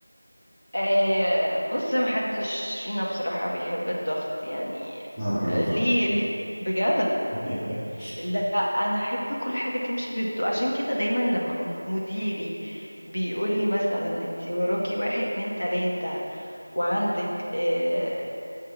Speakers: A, on the left (about 55°); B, in the centre.
A: آه بص محدش فينا بصراحة بيحب الضغط يعني
B: انا بحب
A: آه،
B: الضغط
A: ليه ليه- بجد
B: <laughs>
A: لا انا احب كل حاجه تمشي بهدوء عشان كده دايما لما مديري بيقول لي مثلا انت وراكي واحد اتنين تلاته وعندك آه،